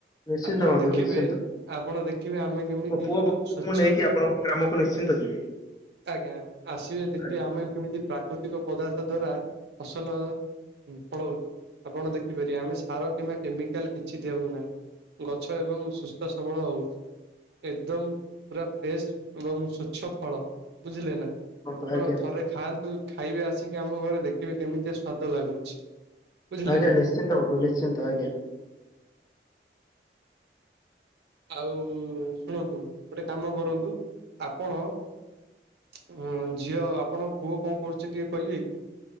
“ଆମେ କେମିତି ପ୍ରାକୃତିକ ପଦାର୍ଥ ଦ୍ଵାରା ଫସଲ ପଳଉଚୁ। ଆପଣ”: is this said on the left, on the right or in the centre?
Right